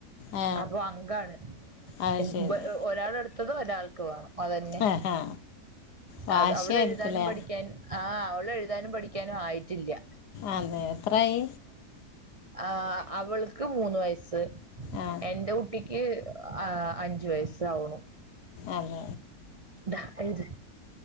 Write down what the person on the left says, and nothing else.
ആ
അത്
ശരി
ആ ഹാ വാശിയായിരിക്കുമല്ലേ
അതേ എത്രായി
ആ
അതേ